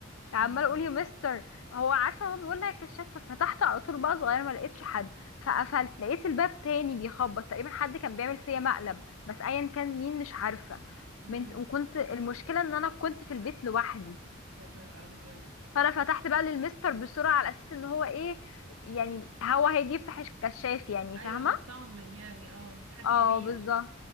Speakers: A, on the left; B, on the right.
A: عمال
B: مم.
A: اقول يا مستر هو عارفه هو بيقول لها الكشاف فتحت على طول بقى صغير ما لقيتش حد فقفلت لقيت الباب تاني بيخبط تقريبا حد كان بيعمل فيا مقلب بس ايا كان مين مش عارفه
B: مم.
A: من وكنت المشكله ان انا كنت في البيت لوحدي
B: يا نهار أبيض
A: فانا فتحت بقى للمستر بسرعه على اساس ان هو ايه يعني هو هيجي يفتح الكشاف يعني
B: أيوه
A: فاهمه
B: هطمن يعني اه حد
A: اه
B: كبير
A: بالظبط